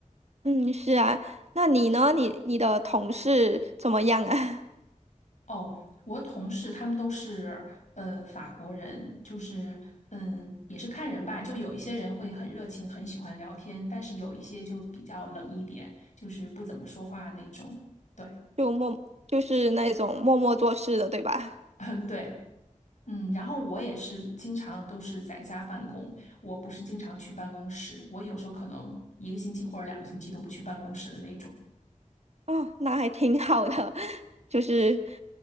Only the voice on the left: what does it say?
哦，我同事他们都是呃法国人，就是嗯也是看人吧，就有一些人会很热情，很喜欢聊天，但是有一些就比较冷一点，就是不怎么说话那种。对，
<laughs> 嗯对，嗯，然后我也是经常都是在家办公，我不是经常去办公室，我有时候可能一个星期或者两个星期都不去办公室的那种。